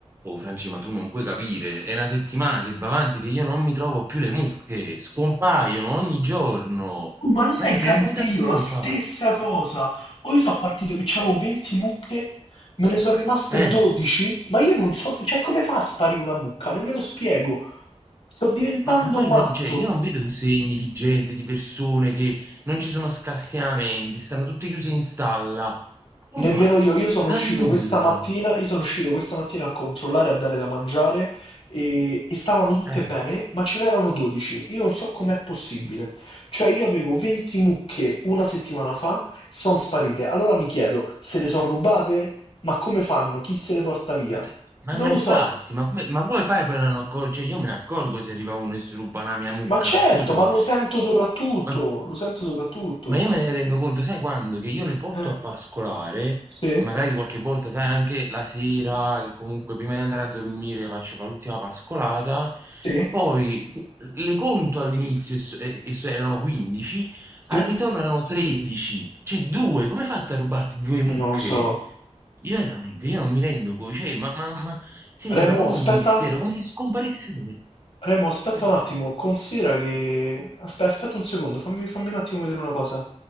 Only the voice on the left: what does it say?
Oh, ma lo sai
che
anche
io
la stessa
cosa? O io sono partito che c'avevo 20 mucche, me ne sono rimaste
12, ma io non so, cioè come fa a sparire una mucca? Non me lo spiego. Sto diventando
matto.
Nemmeno io, io sono
uscito
questa mattina, io sono uscito questa mattina a controllare, a dare da mangiare e, e stavano tutte
bene, ma ce n'erano 12. Io non so com'è possibile. Cioè io avevo 20 mucche una settimana fa, sono sparite. Allora mi chiedo, se le sono rubate? Ma come fanno? Chi se le porta via?
Non
lo so.
Ma certo,
ma lo sento soprattutto,
lo sento soprattutto.
Eh,
sì,
sì,
sì,
non lo so.
Remo,
aspetta.
Remo, aspetta
un attimo, considera che... Aspetta, aspetta un secondo, fammi, fammi un attimo vedere una cosa.